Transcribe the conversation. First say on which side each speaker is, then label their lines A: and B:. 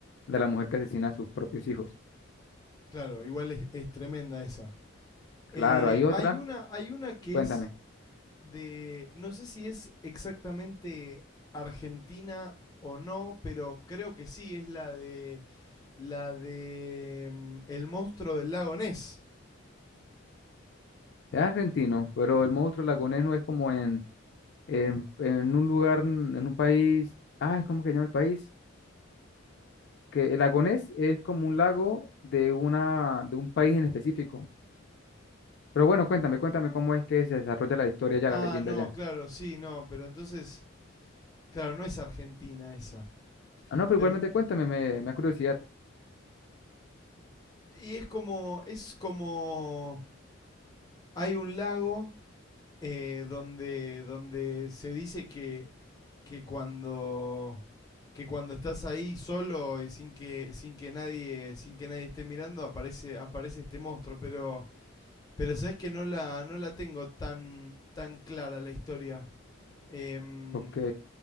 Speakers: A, on the left; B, on the left.
A: de la mujer que asesina a sus propios hijos.
B: Claro, igual es, es tremenda esa.
A: Claro,
B: Eh,
A: hay otra,
B: hay una, hay una que
A: cuéntame.
B: es de, no sé si es exactamente Argentina o no, pero creo que sí, es la de, la de mm, El monstruo del lago Ness.
A: Es argentino, pero el monstruo lagonés es como en, en, en un lugar, en un país. Ah, ¿cómo que se llama el país? Que el lagonés es como un lago de, una, de un país en específico. Pero bueno, cuéntame, cuéntame cómo es que se desarrolla la historia ya,
B: Ah,
A: la leyenda
B: no,
A: ya.
B: claro, sí, no, pero entonces, claro, no es Argentina esa.
A: Ah, no, pero
B: Pero,
A: igualmente cuéntame, me, me da curiosidad.
B: y es como, es como, hay un lago eh, donde, donde se dice que, que cuando que cuando estás ahí solo y sin que sin que nadie sin que nadie esté mirando aparece aparece este monstruo pero pero sabes que no la no la tengo tan tan clara la historia Em,
A: Ok.